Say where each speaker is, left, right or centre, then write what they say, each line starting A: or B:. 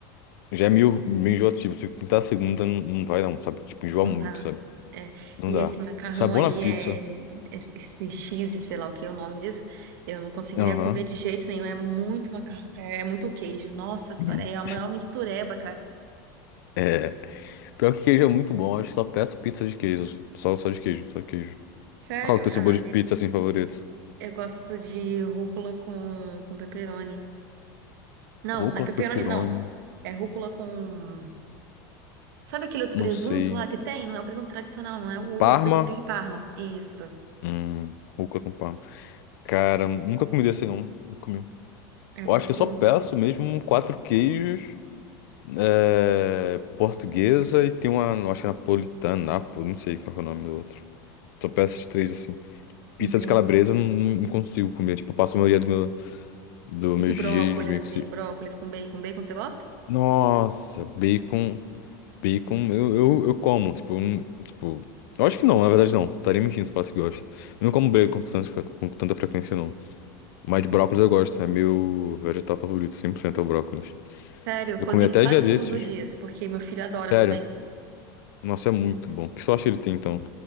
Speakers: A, on the left; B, on the right.
A: já é meio, meio enjoativo. Se tentar a segunda, não, não vai não, sabe? Tipo, enjoa
B: Não
A: muito,
B: dá.
A: sabe?
B: É.
A: Não
B: E
A: dá.
B: esse macarrão
A: Sabor
B: aí
A: na pizza.
B: é é esse esse cheese, sei lá o que é o nome disso. Eu não conseguiria
A: Aham.
B: comer de jeito nenhum. É muito macarrão, é é muito queijo. Nossa senhora,
A: <laughs>
B: é a maior mistureba, cara.
A: É. Pior que queijo é muito bom, acho que só peço pizza de queijo. Só, só de queijo, só de queijo.
B: Sério?
A: Qual que é o teu
B: Ah,
A: sabor de
B: é,
A: pizza assim favorito?
B: eu gosto de rúcula com com pepperoni. Não,
A: Rúcula
B: não é pepperoni
A: com pepperoni,
B: não. É rúcula com Sabe aquele outro
A: não
B: presunto
A: sei.
B: lá que tem? Não é o presunto tradicional, não é o outro,
A: Parma?
B: presunto em Parma. Isso.
A: Hum, rúcula com parma. Cara, nunca comi desse não, nunca comi.
B: É
A: Eu
B: gostoso.
A: acho que eu só peço mesmo quatro queijos, é, portuguesa e tem uma, eu acho que é napolitana, napo, não sei qual que é o nome do outro. Só peço esses três assim. Pizza
B: Entendi.
A: de calabresa eu não, não consigo comer, tipo, eu passo a maioria do meu, dos
B: E
A: meus
B: de brócolis
A: dias meio
B: assim,
A: que se...
B: brócolis com bacon. Bacon você gosta?
A: Nossa, bacon. Bacon, eu, eu, eu como, tipo, eu não- tipo, eu acho que não, na verdade não, estaria mentindo se falasse que gosto. Eu não como bacon com tanta, fre- com tanta frequência, não. Mas brócolis eu gosto, é meu vegetal favorito, 100% é o brócolis.
B: Sério, eu
A: Eu
B: cozinho
A: comi até
B: quase
A: dia desses,
B: todos os dias, porque meu filho adora
A: sério,
B: também.
A: nossa, é muito bom. Que sorte ele tem, então.